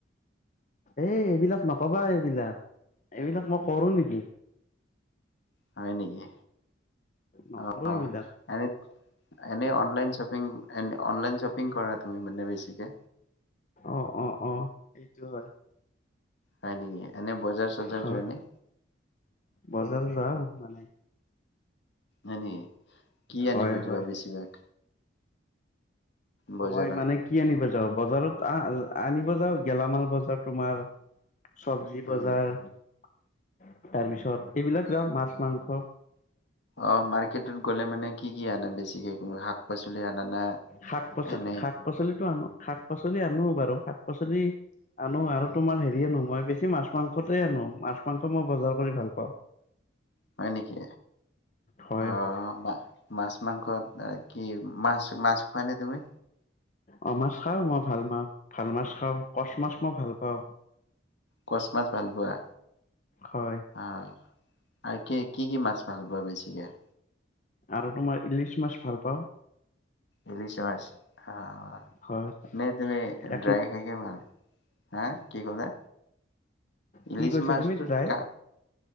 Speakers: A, on the left (about 40°); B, on the left (about 65°).
A: এই এইবিলাক নকবা এইবিলাক এইবিলাক মই কৰো নেকি!
B: হয় নিকি।
A: নকৰো
B: অ
A: এইবিলাক
B: এনে এনে অনলাইন শপিং এন অনলাইন শপিং কৰা তুমি মানে বেছিকে
A: অ অ অ সেইটো হয়।
B: হয় নিকি এনে বজাৰ চজাৰ
A: হয়,
B: যোৱা নে?
A: বজাৰ যাও মানে
B: হয় নি কি
A: হয়,
B: আনিব
A: হয়।
B: যোৱা বেছিভাগ? বজাৰত
A: মই মানে কি আনিব যাওঁ? বজাৰত আ আনিব যাওঁ গেলামাল বজাৰ তোমাৰ। চব্জি
B: উম
A: বজাৰ উম। তাৰ পিছত এইবিলাক যাওঁ মাছ মাংস! অঁ',
B: অ মাৰ্কেটত গ'লে মানে! কি কি আনা বেছিকে তুমি, পাচলি আনা না?
A: শাক -পাচলি
B: এনে
A: শাক পাচলিতো আনো। শাক পাচলি আনো বাৰু, শাক পাচলি আনো আৰু তোমাৰ হেৰি আনো মই বেছি মাছ মাংসতো আনো মাছ মাংস মই বজাৰ কৰি ভাল পাওঁ।
B: হয় নেকি?
A: হয়,
B: অ'
A: হয়,
B: মা মাছ মাংসত কি মাছ! মাছ খোৱানে তুমি?
A: অ' মাছ খাও মই ভাল পাওঁ ভাল মাছ খাওঁ কচ মাছ মই ভাল পাওঁ।
B: কচ মাছ ভাল পোৱা
A: হয়,
B: অ' আৰু কি কি কি মাছ! ভাল পোৱা বেছিকে।
A: আৰু তোমাৰ ইলিছ মাছ ভাল পাও।
B: ইলিছ মাছ খাম।
A: হয়।
B: নে তুমি
A: এক
B: ড্ৰাই খাইকে ভাল হা কি ক'লা?
A: কি
B: ইলিছ
A: কৈছা
B: মাছটোত
A: তুমি ড্ৰাই
B: কাঁ